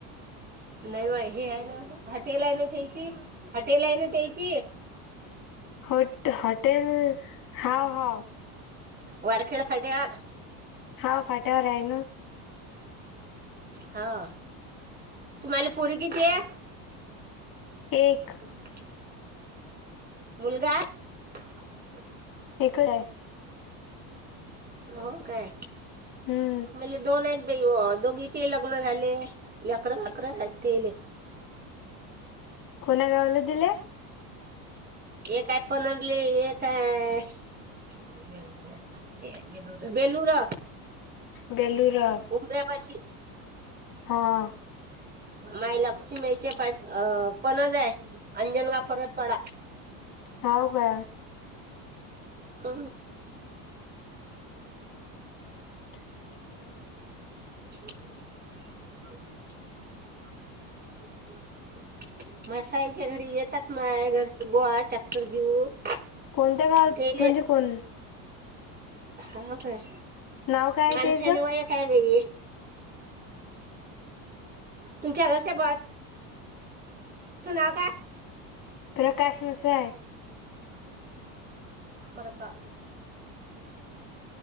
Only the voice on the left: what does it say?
होट हॉटेल, हाव हाव
हा फाट्यावर आहे ना.
एक
एक हाय
हम्म
कुण्या गावला दिलयं?
बेलूरा
हां
हाव का
<unintelligible>
कोणत्या गावात
म्हणजे कोण
नाव काय आहे
त्याच
तुला काय समस्या हाय?